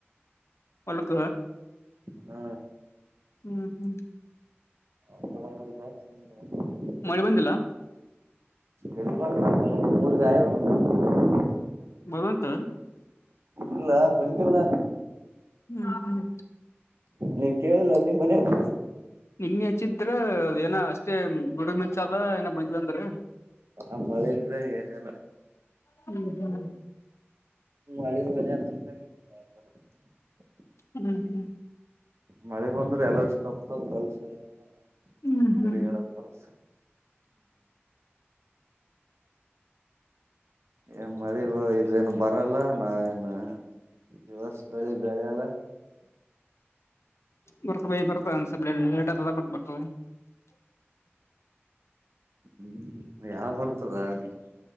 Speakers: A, on the left; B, on the right.
A: ಹೊಲಕ
B: ಹ್ಮ
A: ಹ್ಮ್ ಹ್ಮ್
B: ಹ <unintelligible>
A: ಮಳೆ ಬಂದಿಲ್ಲ
B: ಎ ಮೂರ್ಗಾಯ <unintelligible>
A: ಬರೋಂತ
B: ಇಲ್ಲ ಬಂದಿಲ್ಲ
A: ಹ್ಮ್ ಹ್ಮ್
B: ನೀವ ಕೇಳಿಲ್ಲ ನಿಮ್ಮ್ ಮನ್ಯಾಯಗ್
A: ನಿನ್ ಹೆಚ್ಚಿದ್ರ ಅದೇಏನ ಅಷ್ಟೇ ಗುಡು ಮಿನ್ಚದ ಆದ ಇನ ಬಂದಿಲ್ಲ ಅಂದ್ರ
B: ಆ ಮಳೆ ಇಲ ಏನೆಲ್ಲ
A: ಹ್ಮ್ ಹ್ಮ್
B: ಮಳ ಮೆ <unintelligible>
A: ಹ್ಮ್ ಹ್ಮ್
B: ಮಳೆ ಬಂದ್ರೆ ಎಲ ತಪ್ತವ್ ಕೆಲ್ಸ ಏನಾನಾ
A: ಹ್ಮ್
B: ನಂದು
A: ಹ್ಮ್
B: ತಿರಿಗಡೆ ಪರಸ್ ಎ ಮದೇವ್ ಇದೇನು ಬರಲ್ಲ ನಾವೇನು ದಿವರ್ಸ್ ಬೆಳಿ ಬೆಳೆಯಲ್ಲ
A: <unintelligible>
B: ಹ್ಮ್ ಯಾವ್ ಬರ್ತದ ನೀವು